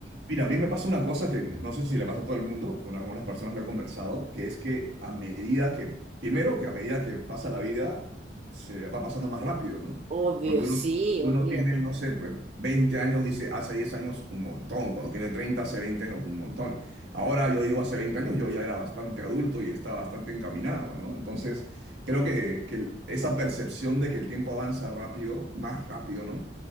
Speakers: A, on the right; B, on the right.
A: Mira, a mí me pasa una cosa que no sé si le pasa a todo el mundo, con algunas personas lo he conversado, que es que a medida que, primero que a medida que pasa la vida, se va pasando más rápido, ¿no?
B: Obvio,
A: Cuando
B: sí,
A: uno, cuando
B: olvídate.
A: uno tiene, no sé, pues 20 años, dice, hace 10 años un montón, cuando tiene 30 hace 20 años un montón. Ahora yo digo, hace 20 años yo ya era bastante adulto y estaba bastante encaminado, ¿no? Entonces, creo que, que esa percepción de que el tiempo avanza rápido, más rápido, ¿no?